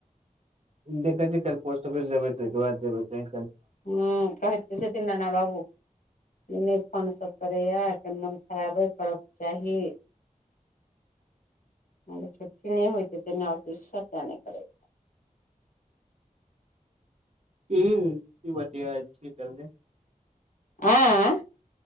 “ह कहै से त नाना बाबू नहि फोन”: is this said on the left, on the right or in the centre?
Left